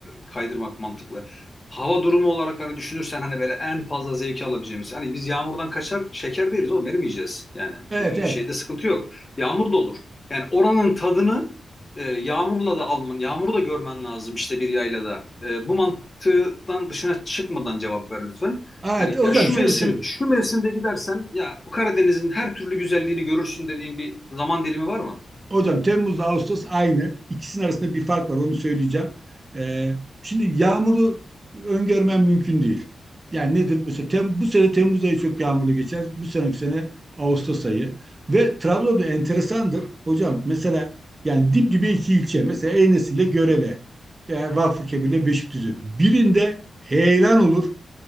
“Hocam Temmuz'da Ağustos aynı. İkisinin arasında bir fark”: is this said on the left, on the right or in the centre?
Right